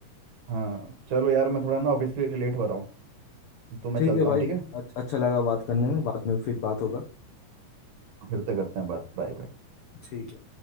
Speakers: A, on the right; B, on the left.
A: हाँ चलो यार मैं थोड़ा ना ऑफिस के लिए लेट हो रहा हूँ तो मैं
B: ठीक
A: चलता
B: है भाई
A: हूँ ठीक है
B: अच- अच्छा लगा बात
A: हाँ,
B: करने
A: हाँ,
B: में
A: हाँ,
B: बाद में फिर बात होगा
A: फिर से करते हैं बात बाय बाय
B: ठीक है